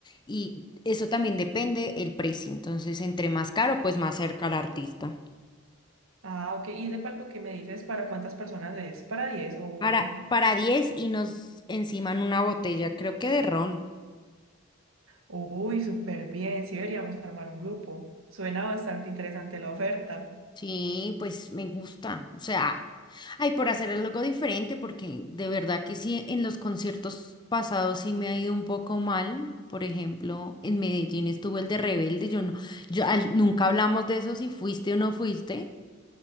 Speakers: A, on the left (about 20°); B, on the right (about 80°).
A: Y eso también depende el precio. Entonces, entre más caro, pues más cerca al artista.
B: ah, ok, y ese palco que me dices, ¿para cuántas personas es? ¿Para diez O...
A: Para, para 10 y nos enciman una botella, creo que de ron.
B: Uy, súper bien, sí deberíamos armar un grupo, suena bastante interesante la oferta.
A: Sí, pues me gusta. O sea, ay, por hacer algo diferente, porque de verdad que sí, en los conciertos pasados sí me ha ido un poco mal. Por ejemplo, en Medellín estuvo el de Rebelde. Yo no, yo al- nunca hablamos de eso si fuiste o no fuiste.